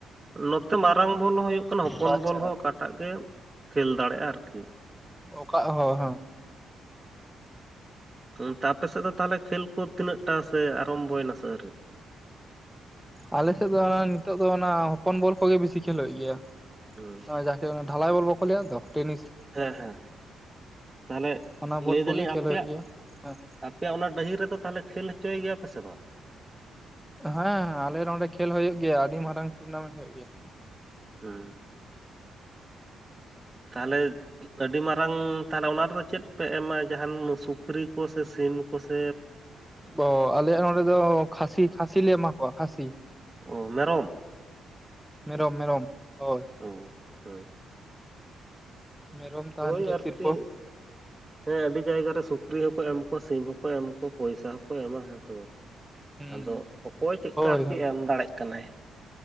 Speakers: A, on the right; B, in the centre.
A: ᱱᱚᱛᱮ ᱢᱟᱨᱟᱝ ᱵᱚᱞ ᱦᱚᱸ ᱦᱩᱭᱩᱜ ᱠᱟᱱᱟ ᱦᱚᱯᱚᱱ
B: ᱟᱪᱪᱷᱟ
A: ᱵᱚᱞ ᱦᱚᱸ ᱚᱠᱟᱴ ᱮᱴᱟᱜ ᱜᱮᱢ ᱠᱷᱮᱞ ᱫᱟᱲᱮᱭᱟᱜᱼᱟ ᱟᱨᱠᱤ
B: ᱚᱠᱟ ᱦᱚᱸ ᱦᱳᱭ ᱦᱳᱭ
A: ᱦᱮᱸ ᱟᱯᱮ ᱥᱮᱫ ᱫᱚ ᱛᱟᱦᱚᱞᱮ ᱠᱷᱮᱞ ᱠᱚ ᱛᱤᱱᱟᱹᱜᱴᱟ ᱥᱮ ᱟᱨᱟᱢᱵᱚᱭᱮ ᱱᱟᱥᱮ ᱟᱹᱣᱨᱤ
B: ᱟᱞᱮᱥᱮᱫ ᱫᱚ ᱚᱱᱟ ᱱᱤᱛᱚᱜ ᱫᱚ ᱚᱱᱟ ᱦᱚᱯᱚᱱ ᱵᱚᱞ ᱠᱚᱜᱮ ᱵᱤᱥᱤ ᱠᱷᱮᱞᱳᱜ ᱜᱮᱭᱟ᱾
A: ᱦᱩᱸ
B: ᱚᱸ ᱡᱟᱠᱮ ᱚᱱᱟ ᱰᱷᱟᱞᱟᱭ ᱵᱚᱞ ᱵᱟᱠᱚ ᱞᱟᱹᱭᱟᱜ ᱫᱚ ᱴᱮᱱᱤᱥ᱾
A: ᱦᱮᱸ ᱦᱮᱸ ᱛᱟᱦᱞᱮ
B: ᱚᱱᱟ ᱵᱚᱞ
A: ᱞᱟᱹᱭ
B: ᱠᱚᱜᱮ
A: ᱫᱟᱞᱤᱧ
B: ᱠᱷᱮᱞ
A: ᱟᱯᱮᱭᱟᱜᱼᱼ
B: ᱦᱩᱭᱩᱜ ᱜᱮᱭᱟ ᱦᱮᱸ
A: ᱟᱯᱮᱭᱟᱜ ᱚᱱᱟ ᱰᱟᱹᱦᱤ ᱨᱮᱫᱚ ᱛᱟᱦᱚᱞᱮ ᱠᱷᱮᱞ ᱦᱚᱪᱚᱭᱮ ᱜᱮᱭᱟ ᱯᱮ ᱥᱮ ᱵᱟᱝ?
B: ᱦᱮᱸ ᱦᱮᱸ ᱟᱞᱮ ᱱᱚᱸᱰᱮ ᱠᱷᱮᱞ ᱦᱳᱭᱳᱜ ᱜᱮᱭᱟ ᱟᱹᱰᱤ ᱢᱟᱨᱟᱝ ᱴᱩᱨᱱᱟᱢᱮᱱᱴ ᱦᱳᱭᱳᱜ ᱜᱮᱭᱟ᱾
A: ᱦᱩᱸ ᱛᱟᱦᱚᱞᱮ ᱟᱹᱰᱤ ᱢᱟᱨᱟᱝ ᱛᱟᱦᱚᱞᱮ ᱚᱱᱟ ᱨᱮᱫᱚ ᱪᱮᱫ ᱯᱮ ᱮᱢᱟ ᱡᱟᱦᱟᱱ ᱥᱩᱠᱨᱤ ᱠᱚᱥᱮ ᱥᱤᱢ ᱠᱚᱥᱮᱼᱼ
B: ᱚᱻ ᱟᱞᱮᱭᱟᱜ ᱱᱚᱰᱮ ᱫᱚ ᱠᱷᱟᱥᱤ ᱠᱷᱟᱥᱤ ᱞᱮ ᱮᱢᱟ ᱠᱚᱣᱟ ᱠᱷᱟᱥᱤ᱾
A: ᱚ ᱢᱮᱨᱚᱢ᱾
B: ᱢᱮᱨᱚᱢ ᱢᱮᱨᱚᱢ ᱦᱳᱭ᱾
A: ᱚ ᱦᱮᱸ
B: ᱢᱮᱨᱚᱢ ᱛᱟᱦᱮᱱ
A: ᱦᱳᱭ
B: ᱜᱮᱭᱟ
A: ᱟᱨᱠᱤ
B: ᱥᱤᱨᱯᱟᱹ᱾
A: ᱦᱮᱸ ᱟᱹᱰᱤ ᱡᱟᱭᱜᱟ ᱨᱮ ᱥᱩᱠᱨᱤ ᱦᱚᱸᱠᱚ ᱮᱢ ᱠᱚᱣᱟ ᱥᱤᱢ ᱦᱚᱸᱠᱚ ᱮᱢ ᱠᱩ ᱯᱚᱭᱥᱟ ᱦᱚᱸᱠᱚ ᱮᱢᱟ ᱦᱮᱸᱥ ᱵᱟᱝ?
B: ᱦᱩᱸ
A: ᱟᱫᱚ ᱚᱠᱚᱭ ᱪᱮᱜᱠᱟ
B: ᱦᱳᱭ
A: ᱟᱨᱠᱤ
B: ᱦᱳᱭ
A: ᱮᱢ ᱫᱟᱲᱮᱜ ᱠᱟᱱᱟᱭ᱾